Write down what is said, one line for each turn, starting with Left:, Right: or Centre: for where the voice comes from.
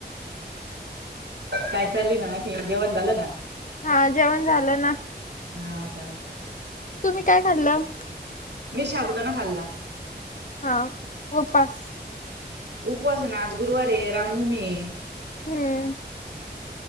Right: काय चालू य म आखिन, जेवण झालं का?
Left: हां, जेवण झालं ना.
Right: हां का?
Left: तुम्ही काय, खाल्लं?
Right: मी, शाबुदाना खाल्ला.
Left: हां, उपास.
Right: उपास ना, आज गुरुवार ये, रामनवमी ये.
Left: हम्म.